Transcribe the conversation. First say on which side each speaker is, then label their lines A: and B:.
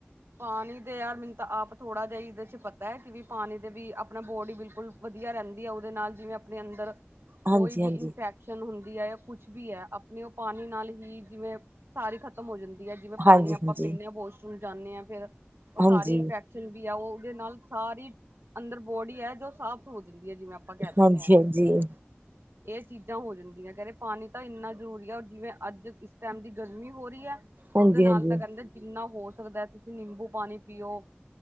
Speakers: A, on the right; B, on the right.
A: ਪਾਣੀ ਦੇ ਯਾਰ ਮੈਨੂੰ ਤਾਂ ਆਪ ਥੋੜਾ ਜਿਹੀ ਇਹਦੇ ਚ ਪਤੈ, ਕਿ ਵੀ ਪਾਣੀ ਦੇ ਵੀ ਆਪਣਾ ਬੋਡੀ ਬਿਲਕੁਲ ਵਧੀਆ ਰੈਹੰਦੀ ਆ ਓਹਦੇ ਨਾਲ ਜਿਵੇਂ ਆਪਣੇ ਅੰਦਰ
B: ਹਾਂਜੀ
A: ਕੋਈ ਵੀ
B: ਹਾਂਜੀ।
A: ਇਨਫੈਕਸ਼ਨ ਹੁੰਦੀ ਐ ਯਾ ਕੁਛ ਵੀ ਐ ਆਪਣੇ ਓਹ ਪਾਣੀ ਨਾਲ ਹੀ ਜਿਵੇਂ ਸਾਰੀ ਖਤਮ ਹੋ ਜਾਂਦੀ ਐ ਜਿਵੇਂ ਪਾਣੀ
B: ਹਾਂਜੀ
A: ਆਪਾਂ
B: ਹਾਂਜੀ
A: ਪੀਣੇ ਆਂ ਵਾਸ਼ਰੂਮ ਜਾਂਣੇ ਆਂ ਫੇਰ ਉਹ
B: ਹਾਂਜੀ
A: ਸਾਰੀ ਇਨਫੈਕ ਇਸ ਵੀ ਆ ਓ ਉਦੇ ਨਾਲ ਸਾਰੀ, ਅੰਦਰ ਬੋਡੀ ਐ ਜੋ ਸਾਫ਼ ਹੋ ਜਾਂਦੀ ਐ ਜਿਵੇਂ ਆ ਆਪਾਂ ਕੈਹ ਦੇਨੇ
B: ਹਾਂਜੀ
A: ਆਂ।
B: ਹਾਂਜੀ
A: ਏਹ ਚੀਜ਼ਾਂ ਹੋ ਜਾਂਦੀਐਂ ਕੈਹ ਰੇ ਪਾਣੀ ਤਾਂ ਇੰਨਾ ਜ਼ਰੂਰੀ ਐ ਜਿਵੇਂ ਅੱਜ ਇਸ ਟੈਮ ਦੀ ਗਰਮੀ ਹੋ ਰਹੀ ਐ।
B: ਹਾਂਜੀ
A: ਉਦੇ ਨਾਲ
B: ਹਾਂਜੀ।
A: ਤਾਂ ਕੈਹੰਦੇ ਜਿੰਨਾ ਹੋ ਸਕਦੈ ਤੁਸੀਂ ਨਿੰਬੂ ਪਾਣੀ ਪੀਓ।